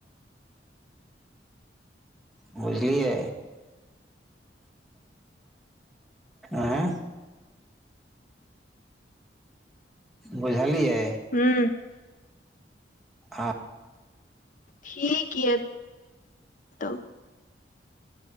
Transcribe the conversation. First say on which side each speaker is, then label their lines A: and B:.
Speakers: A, in the centre; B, on the left (about 45°).
A: बुझलियै आँय बुझलियै
B: हूँ
A: हँ
B: ठीक या तब